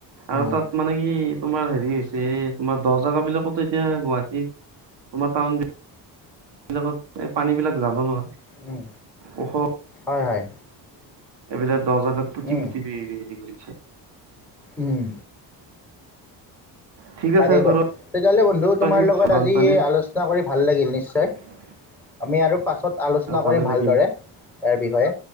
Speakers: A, on the right; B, in the centre.
A: আৰু
B: উম
A: তাত মানে কি তোমাৰ হেৰি হৈছে তোমাৰ দহ জাগ বিলাকতো এতিয়া গুৱাহাটীত, তোমাৰ টাউন এইবলাকত এই পানী বিলাক যাব নোৱাৰে।
B: উম,
A: ওখ
B: হয় হয়।
A: এইবিলাক দহজগাত পুতি
B: উম,
A: পুতি হেৰি কৰিছে।
B: উম।
A: ঠিক
B: তাকেই
A: আছে
B: দ,
A: বাৰু
B: তেতিয়াহ'লে বন্ধু তোমাৰ
A: আজি
B: লগত
A: বানপানীৰ
B: আজি আলোচনা কৰি ভাল লাগিল নিশ্চয়
A: <inaudible>
B: আমি আৰু পাছত আলোচনা
A: ভালে
B: কৰিম ভালদৰে,
A: লাগিল
B: ইয়াৰ বিষয়ে।